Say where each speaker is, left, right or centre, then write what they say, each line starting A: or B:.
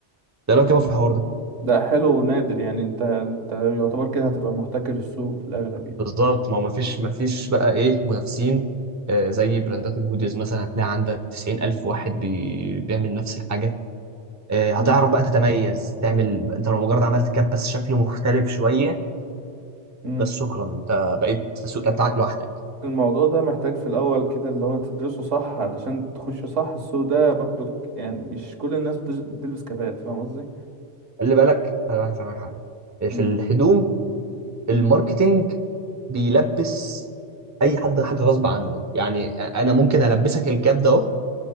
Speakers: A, on the right; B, on the right.
A: ده لو كده في الحوار ده
B: ده حلو ونادر يعني انت انت يعتبر كده هتبقى محتكر السوق في الاغلب يعني
A: بالظبط ما ما فيش ما فيش بقى ايه منافسين آه، زي براندات الهوديز مثلا هتلاقي عندك 90000 واحد بي... بيعمل نفس الحاجه آه، هتعرف
B: مم.
A: بقى تتميز تعمل انت لو مجرد عملت كاب بس شكله مختلف شويه
B: امم
A: بس شكرا انت بقيت السوق ده بتاعك لوحدك
B: الموضوع ده محتاج في الاول كده اللي هو تدرسه صح علشان تخش صح السوق ده برضو ك- يعني مش كل الناس بتج- بتلبس كبات فاهم قصدي
A: خلي بالك خلي بالك فاهمك حاجه
B: امم
A: في الهدوم الماركتينج بيلبس اي حد حاجه غصب عنه يعني انا ممكن البسك الكاب ده اهو